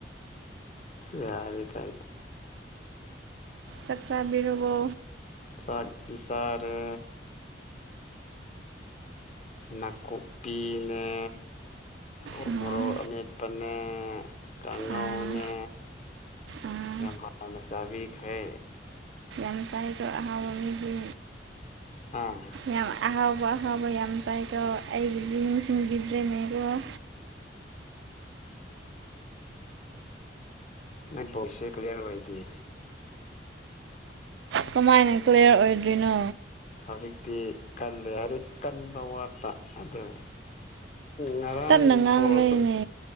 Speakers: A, on the left; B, on the right.
A: ꯌꯥꯔ ꯀ
B: ꯆꯥꯛ ꯆꯥꯕꯤꯔꯕꯣ
A: ꯁꯥꯇꯁꯔ ꯅꯥꯀꯨꯞꯄꯤꯅꯦ ꯎ
B: ꯎꯝ
A: ꯃꯣꯔꯣꯛ ꯑꯠꯄꯅꯦ ꯀꯒꯥꯥꯎꯅꯦ
B: ꯑꯥ ꯑꯥ
A: ꯌꯥꯝ ꯃꯁꯥꯕꯛ ꯍ
B: ꯉꯁꯍꯩꯗ ꯑꯍꯥꯎꯕ ꯃꯤꯒꯤ
A: ꯑꯥ
B: ꯌꯥꯝ ꯑꯍꯥꯎꯕ ꯊꯕ ꯌꯥꯝ ꯆꯥꯏꯀꯣ ꯑꯩꯒꯤꯗꯤ ꯅꯤꯡꯁꯤꯡꯕꯤꯗ꯭ꯔꯦꯅꯦꯀꯣ ꯑꯣ
A: ꯅ ꯧꯁꯦ ꯀꯗꯔ ꯋꯥꯍꯤꯗꯤ
B: ꯀꯃꯥꯏꯅ ꯀ꯭ꯂꯤꯌꯥꯔ ꯑꯣꯏꯗ꯭ꯣꯏꯅꯣ
A: ꯍꯧꯖꯤꯛꯇꯤ ꯀꯜꯂꯦ ꯍꯥꯏꯔꯤꯛ ꯀꯟꯕ ꯋꯥꯠꯄ ꯑꯗꯨ ꯉꯔꯥꯡ
B: ꯇꯞꯅ ꯉꯥꯡꯕꯩꯅꯦ
A: ꯕꯣꯠ